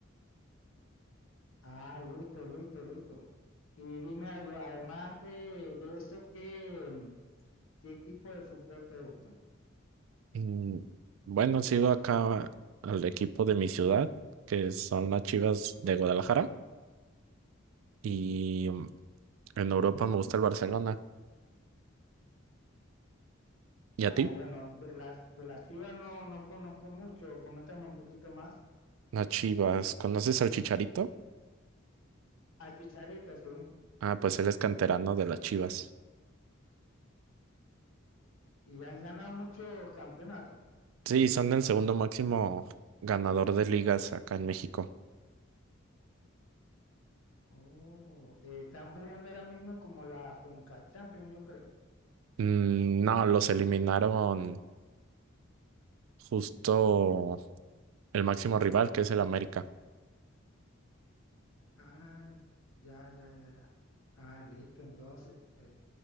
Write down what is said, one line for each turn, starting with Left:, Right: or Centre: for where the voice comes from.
Left: Ah, listo, listo, listo. Y dime algo, además de, de eso, ¿qué, em, qué equipo de fútbol te gusta?
Right: Mm, bueno, sigo acá al equipo de mi ciudad, que son las Chivas de Guadalajara. Y mm, en Europa me gusta el Barcelona. ¿Y a
Left: Ah,
Right: ti?
Left: bueno, de las, de las Chivas no, no conozco mucho, coméntame un poquito más.
Right: Las Chivas. ¿Conoces al Chicharito?
Left: A Chicharito, sí.
Right: Ah, pues él es canterano de las Chivas.
Left: Y han ganado muchos campeonatos.
Right: Sí, son el segundo máximo ganador de ligas acá en México.
Left: Oh, eh, están jugando ahora mismo como la Conca Champions, yo creo.
Right: Mm, No, los eliminaron justo el máximo rival, que es el América.
Left: Ah, ya, ya, ya, ya. Ah, listo, entonces. eh,